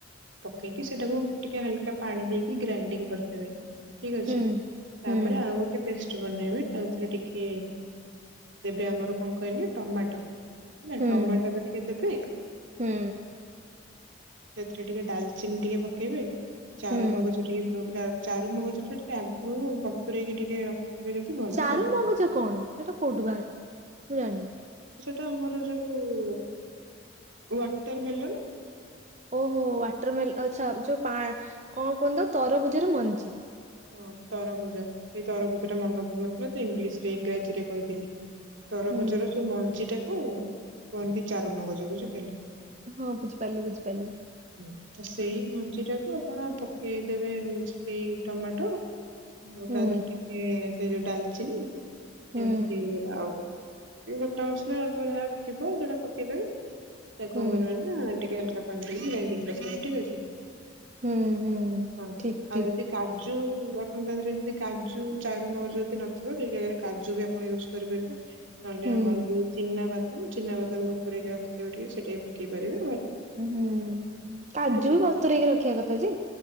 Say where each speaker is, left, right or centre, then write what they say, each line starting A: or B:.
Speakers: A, on the right; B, on the right.
A: ପକେଇକି ସେଇଟାକୁ ଟିକେ ହାଲକା ପାଣି ଦେଇକି ଗ୍ରାଇଣ୍ଡିଙ୍ଗ କରିଦେବେ। ଠିକ ଅଛି।
B: ହୁଁ
A: ତାପରେ
B: ହୁଁ
A: ଆଉ ଗୋଟେ ପେଷ୍ଟ <unintelligible> ତାଦେହେରେ ଟିକେ ଦେବେ ଆମର କଣ କହିଲେ ଟମାଟ। ହେଲା
B: ହୁଁ।
A: ଟମାଟୋରୁ ଟିକେ ଦେବେ
B: ହୁଁ
A: ଆ ସେଥିରେ ଟିକେ ଡାଲଚିନି ଟିକେ ପକେଇବେ। ଚାରୁମଗଜ
B: ହୁଁ
A: ଟିକେ ପ ଚା-ଚାରୁମଗଜଟା ଟିକେ ଆଗୁରୁ ବତୁରେଇକି ଟିକେ ରଖିଥିବେ ଯଦି ଭଲ।
B: ଚାରୁମଗଜ
A: ହେଲା
B: କଣ? ସେଇଟା କୋଉଠୁ ବାହାରେ? ମୁଁ ଜାଣିନି।
A: ତ ଆମର ଯୋଉ ୱାଟର ମେଲନ?
B: ଓହୋ ୱାଟର ମେଲ ଆଚ୍ଛା ଯୋଉ ପା କଣ କୁହନ୍ତି ତ ତରଭୁଜର ମଞ୍ଜି।
A: ହଁ ତରଭୁଜ। ସେଇ ତରଭୁଜଟା ମନ ପଡ଼ୁନଥିଲା ତ ଇଂଲିଶରେ ଇଂରାଜୀରେ କହିଦେଲି। ତରଭୁଜର
B: ହୁଁ।
A: ଯୋଉ ମଞ୍ଜିଟାକୁ କୁହନ୍ତି ଚାରୁମଗଜ ବୁଝିପାରିଲେ।
B: ହଁ ବୁଝିପାରିଲି ବୁଝିପାରିଲି
A: ହୁଁ। ତ ସେଇ ମଞ୍ଜିଟାକୁ ଆପଣ ପକେଇଦେବେ ହଉଛି ସେଇ ଟମାଟୋ ଆଉ
B: ହୁଁ
A: ତା ଦେହେରେ ଟିକେ ସେ ଯୋଉ ଡାଲଚିନି
B: ହୁଁ
A: ଏମିତି ଆଉ ଏଇ ଗୋଟା ମସଲା ଅଳ୍ପ ଯାହା ଥିବ ସେଇଟା ପକେଇଦେବେ ତାକୁ
B: ହୁଁ।
A: କଣ କରିବା ନା ଟିକେ ହାଲକା ପାଣି ଦେଇକି ଗ୍ରାଇଣ୍ଡିଙ୍ଗ କରିଦେବେ ଠିକ ଅଛି।
B: ହୁଁ ହୁଁ
A: ହଁ।
B: ଠିକ
A: ଆଉ
B: ଠିକ।
A: ଯଦି କାଜୁ ଆପଣ ତା ଦେହରେ ଯଦି କାଜୁ ଚାରୁମଗଜ ଯଦି ନଥିବ ସେଇ ଜାଗାରେ କାଜୁ ବି ଆପଣ ୟୁଜ୍ କରିପାରି <unintelligible> ନହେଲେ
B: ହୁଁ।
A: ଆମର ଯୋଉ ଚିନାବାଦାମ ଚିନାବାଦାମ ବତୁରେଇକି ରଖିଥିବେ ଟିକେ ସେଇଟା ବି ପକେଇପାରିବେ।
B: ହୁଁ କାଜୁ
A: ଅଛି
B: ବି ବତୁରେଇକି ରଖିବା କଥା ଯେ।